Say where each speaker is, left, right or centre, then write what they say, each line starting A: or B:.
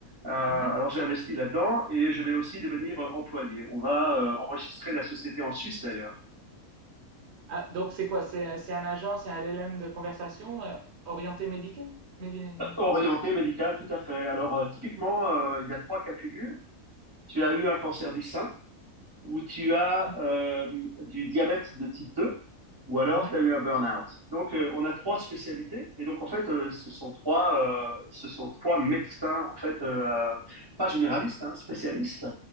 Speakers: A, on the right; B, on the right.
A: Euh, alors
B: mhm.
A: j'ai investi là-dedans et je vais aussi devenir euh, employé. On va euh, enregistrer la société en Suisse d'ailleurs.
B: Ah, donc c'est quoi? C'est, c'est un agent, c'est un LLM de conversation euh, orienté médical? Médi-
A: Orienté médical, tout à fait. Alors euh, typiquement, euh, il y a trois cas de figure. Tu as eu un cancer du sein, Ou tu as
B: Mhm,
A: euh, du diabète de type 2 ou alors
B: mhm.
A: tu as eu un burn-out. Donc euh, on a trois spécialités et donc en fait euh, ce sont trois euh, ce sont trois médecins en fait euh, euh, pas généralistes hein, spécialistes